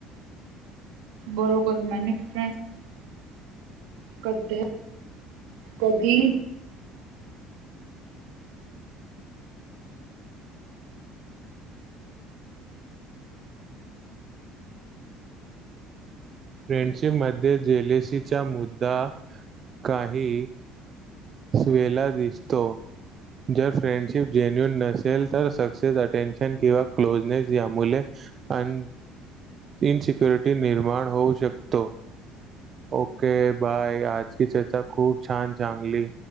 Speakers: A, on the right; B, on the right.
A: बरोबर मॅने फ्रेंड् कधे कधी
B: फ्रेंडशिप मध्ये जेलेसीचा मुद्दा काही स्वेळा दिसतो. जर फ्रेंडशिप जेन्युन नसेल तर. सक्सेस अटेन्शन किंवा क्लोजनेस यामुळे अन इनसिक्युरिटी निर्माण होऊ शकतो. ओके. बाय. आजची चर्चा खूप छान चांगली